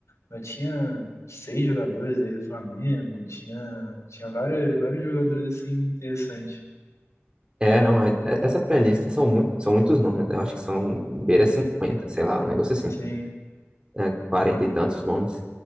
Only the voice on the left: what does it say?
mas tinha seis jogadores aí do Flamengo, tinha, tinha vários, vários jogadores assim interessantes.
Sim.